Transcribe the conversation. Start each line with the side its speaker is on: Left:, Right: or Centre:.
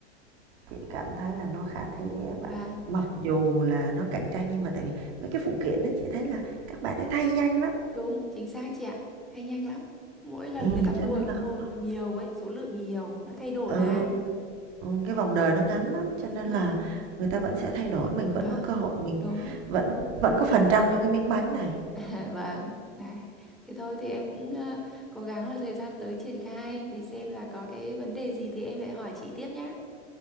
Right: Chị cảm thấy là nó khả thi đấy em ạ.
Centre: Vâng,
Right: Mặc dù là nó cạnh tranh nhưng mà tại vì mấy cái phụ kiện đó chị thấy là các bạn ấy thay nhanh lắm.
Centre: đúng, chính xác chị ạ. Thay nhanh lắm. Mỗi lần
Right: Ừ,
Centre: người ta mua
Right: cho nên là
Centre: mua
Right: không lo.
Centre: nhiều ấy, số lượng nhiều, nó thay đổi
Right: Ừ,
Centre: mà.
Right: ừ, cái vòng đời
Centre: Đấy,
Right: nó ngắn lắm cho
Centre: đúng
Right: nên
Centre: rồi.
Right: là người ta vẫn sẽ thay đổi, mình vẫn
Centre: Vâng,
Right: có cơ hội, mình
Centre: đúng.
Right: vẫn vẫn có phần trăm trong cái miếng bánh này.
Centre: <laughs> À, Vâng, đấy. Thế thôi thì em cũng ờ, cố gắng là thời gian tới triển khai để xem là có cái vấn đề gì thì em lại hỏi chị tiếp nhá.